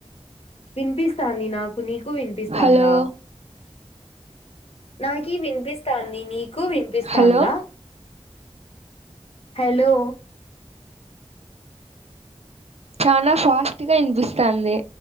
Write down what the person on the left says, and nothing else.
వినిపిస్తాంది నాకు నీకు వినిపిస్తాందా
నాకి కి వినిపిస్తాంది నీ కు వినిపిస్తాందా.
హలో